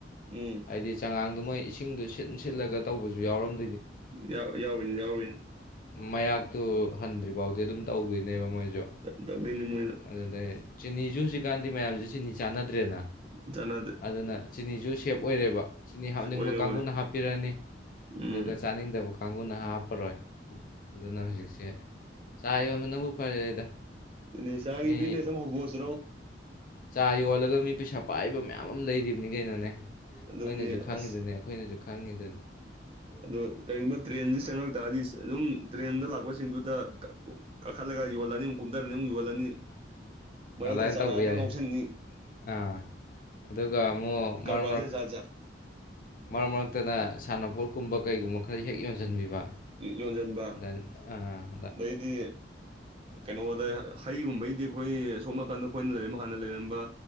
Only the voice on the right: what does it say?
ꯎꯝ
ꯌꯥ ꯌꯥꯎꯔꯤꯅꯤ ꯌꯥꯎꯔꯤꯅꯤ
ꯇꯧꯗꯣꯏꯅꯤ ꯃꯣꯏꯅ
ꯆꯥꯟꯅꯗꯦ
ꯑꯣꯏꯔꯣꯏ
ꯎꯝ
ꯑꯗꯨꯅꯦ ꯆꯥꯒꯤ
ꯕꯤꯖꯣꯅꯦꯁ ꯑꯃ ꯍꯧꯗꯣꯛ ꯑꯁꯦ
ꯑꯗꯨꯅꯦ
ꯑꯁ
ꯑꯗꯣ ꯀꯩꯒꯨꯝꯕ ꯇ꯭ꯔꯦꯟꯖꯤ ꯆꯪꯉꯛ ꯇꯥꯗꯤ ꯑꯗꯨꯝ ꯇ꯭ꯔꯦꯟꯗ ꯂꯥꯛꯄꯁꯤꯡꯗꯨꯗ ꯀꯥꯈꯠꯂꯒ ꯌꯣꯜꯂꯅꯤ ꯑꯃꯨꯛ ꯀꯧꯝꯗꯔꯛ ꯀꯅꯤ ꯑꯃꯨꯛ ꯌꯣꯜꯂꯅꯤ ꯃꯔꯛꯇ
ꯆꯥꯅꯥ
ꯈꯔ
ꯉꯎꯁꯟꯅꯤ
ꯖꯦ ꯖꯥꯠ- ꯖꯥꯠ
ꯌꯣꯟꯁꯤꯟꯕ
ꯑꯗꯩꯗꯤ ꯀꯩꯅꯣꯗ ꯍꯩꯒꯨꯝꯕꯩꯗꯤ ꯑꯩꯈꯣꯏ ꯑꯁꯣꯝ ꯅꯥꯀꯟꯗ ꯑꯩꯈꯣꯏꯅ ꯂꯩꯔꯝ ꯍꯥꯟꯅ ꯂꯩꯔꯝꯕ